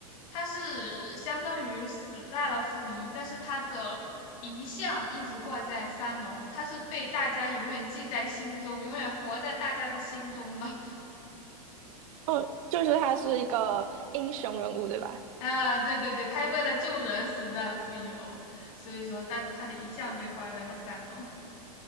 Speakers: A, on the left; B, on the right.
A: 他是相当于死在了负一，但是他的遗像一直挂在三楼，他是被大家永远记在心中，永远活在大家的心中了。<laughs>
B: 嗯，就是他是一个英雄人物，对吧？
A: 啊，对对对，他为了救人死在了负一楼，所以说，但是他的遗像被挂在了三楼。